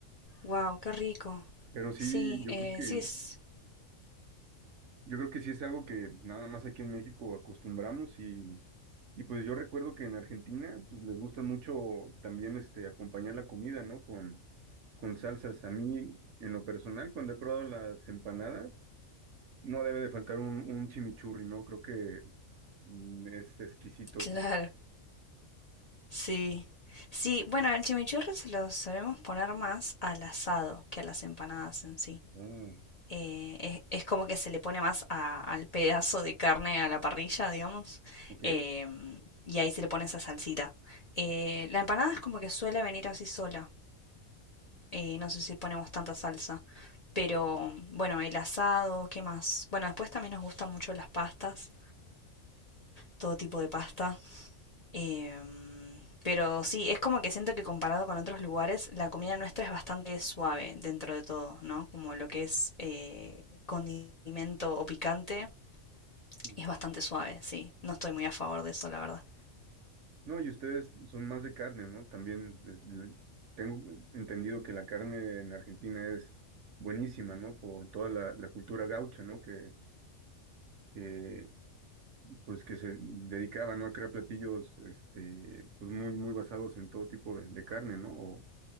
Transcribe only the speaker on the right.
Pero sí,
yo
creo que
Yo creo que sí es algo que nada más aquí en México acostumbramos y, y pues yo recuerdo que en Argentina pues les gusta mucho también este acompañar la comida, ¿no? Con, con salsas. A mí, en lo personal, cuando he probado las empanadas, no debe de faltar un, un chimichurri, ¿no? Creo que mm, es exquisito.
Ah,
ok.
ok.
No, y ustedes son más de carne, ¿no? También es- le- tengo entendido que la carne en Argentina es buenísima, ¿no? Por toda la, la cultura gaucha, ¿no? Que, que, pues que se dedicaba, ¿no? A crear platillos, este, pues muy, muy basados en todo tipo de, de carne, ¿no? O,